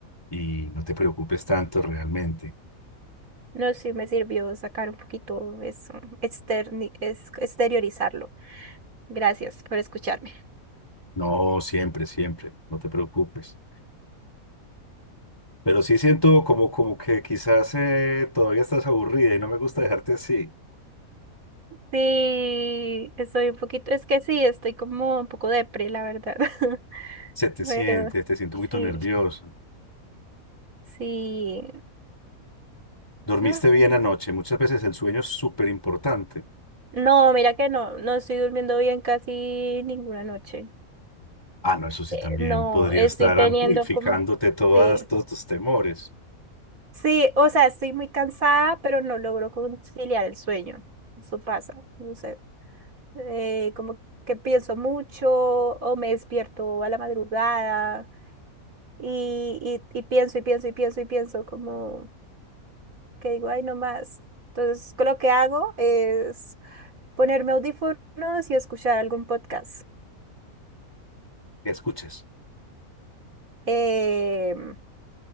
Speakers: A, on the left; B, on the right.
A: y no te preocupes tanto realmente.
B: No, sí, me sirvió sacar un poquito eso, externi- es- exteriorizarlo. Gracias por escucharme.
A: No, siempre, siempre, no te preocupes. Pero sí siento como, como que quizás eh, todavía estás aburrida y no me gusta dejarte así.
B: Sí, estoy un poquito, es que sí, estoy como un poco depre, la verdad. <laughs>
A: Se te siente,
B: Pero
A: te siento un poquito
B: sí,
A: nervioso.
B: sí,
A: ¿Dormiste
B: no,
A: bien anoche? Muchas veces el sueño es súper importante.
B: no, mira que no, no estoy durmiendo bien casi ninguna noche.
A: Ah, no, eso sí
B: Eh,
A: también
B: No,
A: podría
B: estoy
A: estar
B: teniendo
A: amplificándote
B: como,
A: todas,
B: sí.
A: todos tus temores
B: Sí, o sea, estoy muy cansada, pero no logro conciliar el sueño. Eso pasa, no sé. Eh, como que pienso mucho o me despierto a la madrugada y, y, y pienso y pienso y pienso y pienso como que digo, ay, no más. Entonces, lo que hago es ponerme audífonos y escuchar algún podcast.
A: que escuches.
B: Em,